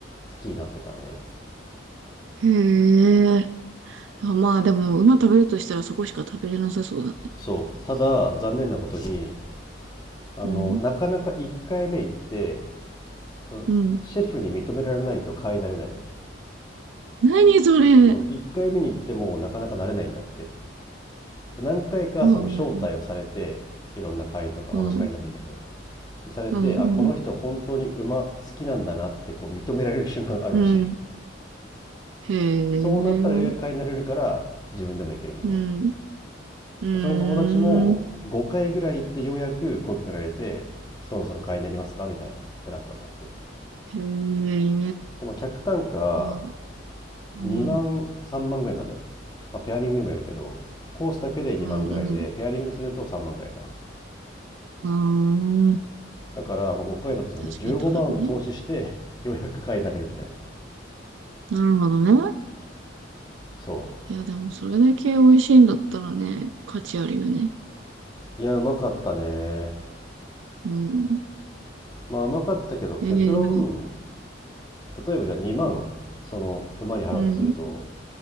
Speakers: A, on the left (about 20°); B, on the right (about 80°).
A: 好きになってたね。
B: へえ。あ、まあでも、馬食べるとしたらそこしか食べれなさそうだね。
A: そう。ただ、残念なことに、あの、
B: うん。
A: なかなか1回目行って、うんシェフに認められないと買い慣れないのよ。
B: うん。何それ。
A: そうで、1回目に行ってもなかなか慣れないんだって。何回かその招待をされて、
B: うん。
A: いろんな会員とか、
B: うん。
A: 同じ会員でもいいんだけど、
B: うん。
A: されてあこの人本当に馬好きなんだなってこう認められる瞬間があるらしい
B: うん。うんへえ。
A: そうなったら予約会になれるから自分でも行けるみたいな
B: うん。うー
A: その友達も5回ぐらい行ってようやく声かけられてそろそろ会員になりますかみたいなってなったんだって
B: ん。へえ。
A: でも客単価
B: うん。うん。
A: 2万3万ぐらいなのよ、まあ、ペアリングにもよるけどコースだけで2万ぐらいでペアリングすると3万ぐらいかな
B: うん。うん。ああ。
A: だからまあ5回だとすると15万投資してようやく会員になれるみたいな
B: 確かに高いね。なるほどね。
A: そ
B: いや、でもそれだけ美味しいんだったらね、価値あるよね。
A: ういやうまかったね
B: うん。
A: まあうまかったけど結論
B: えー、
A: 例えばじゃあ2万その馬に払うとすると
B: うん、